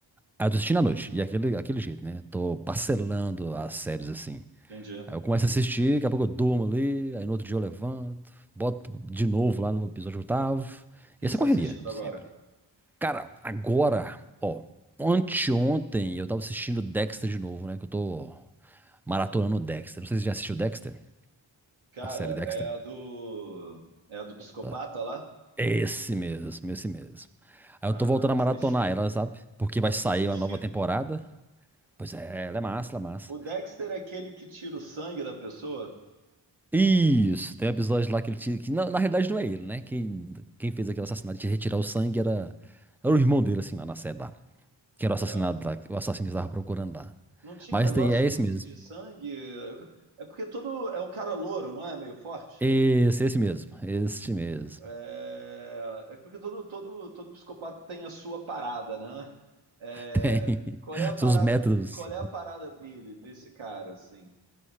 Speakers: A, in the centre; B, on the right.
A: Aí eu tô assistindo à noite, e aquele, aquele jeito, né? Tô parcelando as séries assim.
B: Entendi. O
A: Aí eu começo a assistir, daqui a pouco eu durmo ali, aí no outro dia eu levanto, boto de novo lá no episódio oitavo.
B: que
A: E
B: que
A: essa
B: você
A: é
B: tá
A: correria
B: assistindo
A: de
B: agora?
A: sempre. Cara, agora, ó, anteontem eu tava assistindo Dexter de novo, né? Que eu tô maratonando Dexter. Não sei se você já assistiu Dexter,
B: Cara,
A: a série Dexter.
B: é a do. É a do psicopata
A: Tá.
B: lá?
A: Esse mesmo, esse mesmo. Aí
B: Ah,
A: eu tô voltando a
B: assisti.
A: maratonar ela, sabe? Porque
B: Acho
A: vai sair
B: que eu assisti.
A: uma nova temporada. Pois é, ela é massa, ela é massa.
B: O Dexter é aquele que tira o sangue da pessoa?
A: Isso, tem um episódio lá que ele tira, que na, na realidade não é ele, né? Quem, quem fez aquele assassinato de retirar o sangue era, era o irmão dele, assim, lá na série lá. Que era o assassinado
B: É.
A: lá, o assassino que estava procurando lá.
B: Não tinha
A: Mas
B: um negócio
A: tem, é esse
B: desse
A: mesmo.
B: de sangue? É porque todo. É um cara louro, não é? Meio forte?
A: Esse, esse mesmo. Este mesmo.
B: É, é porque todo, todo, todo psicopata tem a sua parada, né? É,
A: <laughs> Tem
B: qual é a parada,
A: seus métodos.
B: qual é a parada dele, desse cara, assim?